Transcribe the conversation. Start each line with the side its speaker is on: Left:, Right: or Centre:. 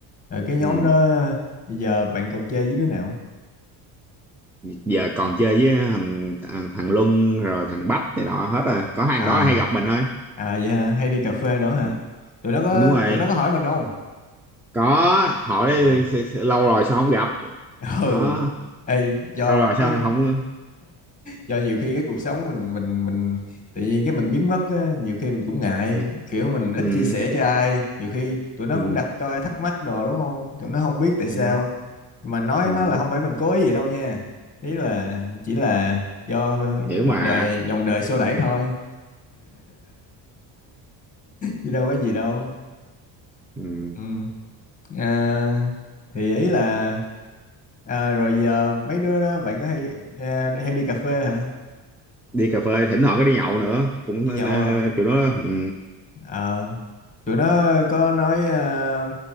Left: Ờ, cái
Centre: ừ.
Left: nhóm đó bây giờ bạn còn chơi với đứa nào?
Centre: giờ còn chơi với thằng thằng, thằng Luân rồi thằng Bách này nọ hết rồi có hàng
Left: À,
Centre: đó hay gặp mình thôi
Left: à vậy hả? Hay đi cà phê đó
Centre: ừ.
Left: hả? Tụi nó có
Centre: đúng rồi
Left: tụi nó có hỏi mình không?
Centre: có hỏi
Left: À,
Centre: lâu rồi sao không gặp
Left: ừ.
Centre: đó
Left: Ê, do
Centre: sao rồi
Left: cái
Centre: sao không ừ.
Left: do nhiều khi cái cuộc sống mình mình mình tự nhiên cái mình biến mất á, nhiều khi mình cũng ngại,
Centre: Ừ.
Left: kiểu mình ít
Centre: Ừ.
Left: chia sẻ cho ai, nhiều khi tụi nó
Centre: Ừ.
Left: cũng đặt coi thắc mắc đồ đúng không? Tụi nó không biết tại
Centre: Ừ.
Left: sao.
Centre: Ừ.
Left: Nhưng mà nói
Centre: ừ,
Left: nó là không phải mình cố ý vậy đâu nha. Ý là chỉ là do
Centre: hiểu mà
Left: dòng đời dòng đời xô đẩy thôi, chứ đâu có gì đâu.
Centre: ừ.
Left: Ừ. à, thì ý là à, rồi giờ mấy đứa đó bạn có hay à, hay đi cà phê hả
Centre: đi cà phê thỉnh thoảng có đi nhậu nữa cũng
Left: đi
Centre: ờ,
Left: nhậu
Centre: ờ,
Left: hả
Centre: kiểu đó ừ.
Left: à, tụi nó có nói à,